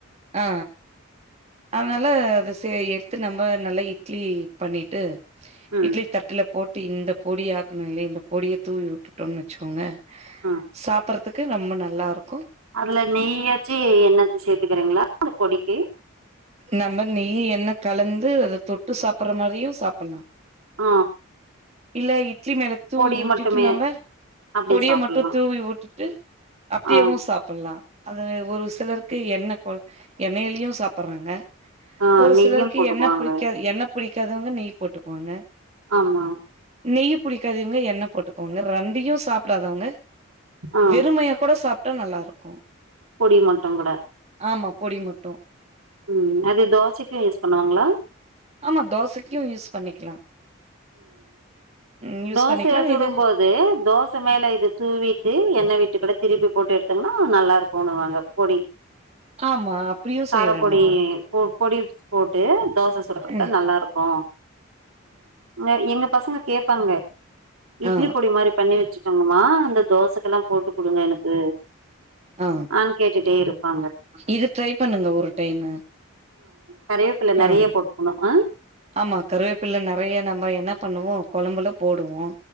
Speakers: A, on the right (about 30°); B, on the right (about 85°).
A: ஆ ஆ அதனால ச எடுத்து நம்ம நல்லா இட்லி பண்ணிட்டு
B: ம்
A: இட்லி தட்டுல போட் இந்த பொடி ஆக்கணு இல்லைய இந்த பொடிய தூவி உட்டுட்டோன்னு வச்சோங்க
B: ம்
A: சாப்ப றதுக்கு நம்ம நல்லா இருக்கு
B: அதுல நெய்யாச்சு என்னாச்சு சேர்த்துக்கறீங்களா அந்த பொடிக்கு
A: நம்ம நீெயும் என்ன கலந்து அத தொட்டு சாப்பிடுற மாரியு சாப்டலா
B: ஆ
A: இல்ல இட்லி மேலத் தூவிட்டிட்டு
B: பொடி மட்டுமே
A: நம
B: அப்டியே
A: பொடிய
B: சாப்புட்லா
A: மட்டு தூவி விட்டுட்டு அப்படியவு
B: ஆ
A: சாப்பிடலா அது ஒரு சிலருக்கு எண்ண கொ எண்ணெய்லயு சாப்பறாங்க
B: ஆ
A: ஒரு
B: நெய்யு
A: சிலருக்கு
B: போட்டுக்குவாங்க
A: என்ன பிடிக்காது என்ன பிடிக் காதவங்க நெய் போட்டுக்குவாங்க
B: ஆமா
A: நெய் ய் பிடிக்காதவாங்க எண்ண போட்டுக்கவாங்க ரெண்டையு சாப்படாதவங்க
B: ஆ
A: வெறுமையா கூட சாப் மட்ட நல்லாருக்கு
B: பொடி மட்டு கூட
A: ஆமா பொடி மட்டு
B: ம் அது தோசைக்கு யூஸ் பண்ணுவாங்களா
A: ஆமா தோசைக்கு யூஸ் பண்ணிக்கலா ம் யூஸ்
B: தோசை
A: பண்ணிக்கலா
B: சுடும்
A: இது
B: போது தோச மேல இது தூவிட்டு எண்ணெ விட் விட்டுக்கிட்ட திருப்பி போட்டு எடுத்தங்கன்னா நல்லா இருக்கும்னுவாங்க பொடி
A: ஆமா அப்டியு
B: காரப்பொடி
A: செய்யலா நம்ப
B: பொடி போட்டு தோச சுடுறது
A: ம்
B: நல்லாருக்கு ம் எங்க பசங்க கேப்பாங்க இட்லி
A: ஆ
B: பொடி மாரி பண்ணி வச்சுக்கோங்கம்மா அந்த தோசைக்கெல்லா போட்டு குடுங்க எனக்கு
A: ஆ
B: நானு கேட்டுட்டே இருப்ப
A: இது ட்ரை பண்ணுங்க ஒரு டைமு
B: கருவேப்பிள்ள நெறைய
A: ஆ
B: போட்டுக்கணு ஆ
A: ஆமா கருவேப்பல்ல நெறைய நம்ம என்னா பண்ணுவோ கொழம்புல போடுவோ